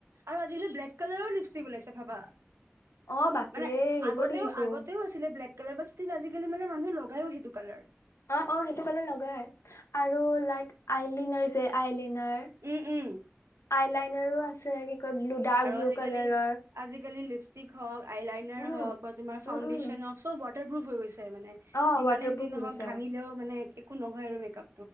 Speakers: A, on the right; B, on the left.
A: আৰু আজিকালি ব্লেক কালাৰৰ লিপষ্টিক ওলাইছে ভাবা।
B: অ বাপৰে
A: মানে
B: সেইবোৰ
A: আগতেও
B: দেখিছো
A: আগতেও আছিলে ব্লেক কালাৰ বাট ষ্টিল আজিকালি মানে মানুহে লগ। লগায়ও সেইটো কালাৰ।
B: অ', অ', সেইটো কালাৰ লগাই আৰু লাইক। আইলিনাৰ যে আইলিনাৰ
A: উম উম
B: আইলাইনৰ। <unintelligible> আছে। কয় ব্লু ডাৰ্ক
A: আৰু
B: ব্লু
A: আজিকালি
B: কালাৰৰ
A: আজিকালি লিপ। ষ্টিক হওক। আইলাইনাৰ
B: উম
A: হওক বা তোমাৰ
B: উম
A: ফাউণ্ডেশ্যন
B: উম
A: হওক চব ৱাট। ৱাটাৰ প্ৰুফ হৈ গৈছে। মানে
B: অ
A: যিমানে
B: ৱাটাৰ
A: যি
B: প্ৰুফ
A: নহওক
B: হৈ গৈছে
A: ঘামিলেও মানে। একো নহয় আৰু মেকআপ।